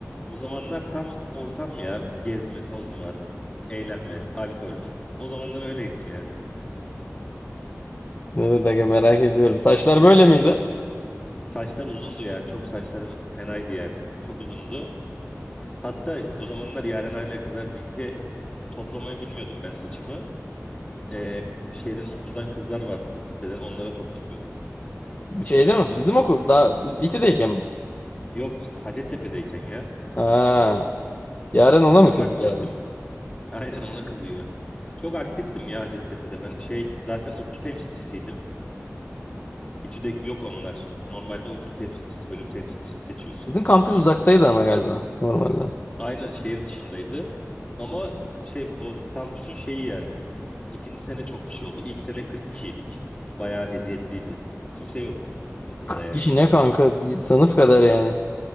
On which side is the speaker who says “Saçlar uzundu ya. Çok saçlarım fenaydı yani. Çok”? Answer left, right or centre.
Left